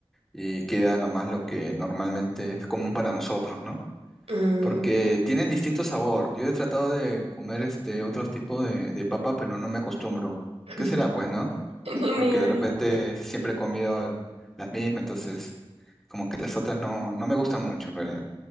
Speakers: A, in the centre; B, on the right.
A: y queda nomás lo que normalmente es común para nosotros, ¿no?
B: Mm.
A: Porque tienen distinto sabor. Yo he tratado de comer este otros tipos de, de papa, pero no me acostumbro.
B: <laughs>
A: ¿Qué será, pues, no?
B: Ni
A: Porque
B: idea.
A: de repente siempre he comido las mismas, entonces como que las otras no, no me gustan mucho en realidad.